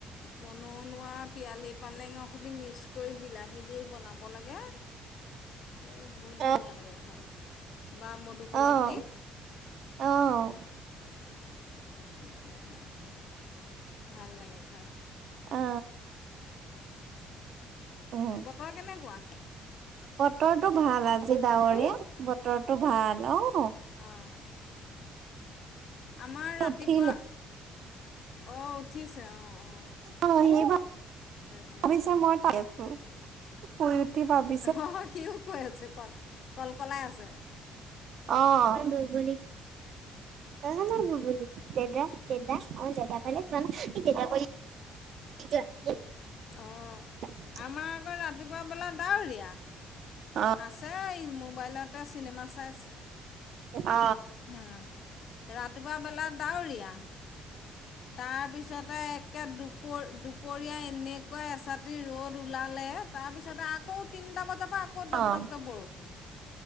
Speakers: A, on the left; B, on the right.
A: বনুনোৱা পিয়ালি পালেঙৰ সৈতে মিক্স কৰি বিলাহী দি বনাব লাগে। এই বহুত ধুনীয়া
B: অ',
A: লাগে খাই বা মধুসোলং
B: অ',
A: দি।
B: অ',
A: তাকে হে ভাল লাগে খাই।
B: অ। উম,
A: বতৰ কেনেকুৱা?
B: বতৰটো ভাল আজি ডাৱৰ
A: বতৰ
B: বতৰটো ভাল অ,
A: অ', আমাৰ ৰাতিপুৱা
B: উঠিলে
A: অ, উঠিছে অ', অ',
B: অ, আহিব
A: তাকে
B: আমি চা মই তাই আছো। সোই উঠি ভাবি।
A: অহহ সিও কৈ আছে কল কল কলাই আছে।
B: অ অ আমাৰ বুবুলিটো দেদা দেদা অ দেদাফালে চোৱা না। দেদা পৰি যোৱা।
A: অঁ
B: <unintelligible>
A: আমাৰ আকৌ ৰাতিপুৱা বেলা ডাৱৰীয়া
B: অ',
A: আছে ই মোৰ। মোবাইলতে চিনেমা চাইছে।
B: অ।
A: অ ৰাতিপুৱা বেলা ডাৱৰীয়া। তাৰ পিছতে একে দুপ দুপৰীয়া এনেকুৱা এচাত। যি ৰ'দ ওলালে তাৰপিছতে আকৌ তিনটা বজা পা। আকৌ দপডপকে
B: অ',
A: বৰষুণ